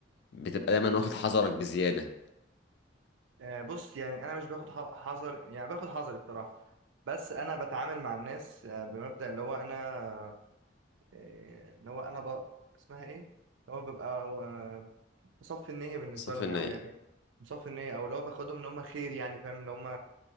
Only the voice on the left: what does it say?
بتبقى دايما واخد حذرك بزياده
صافي
النيه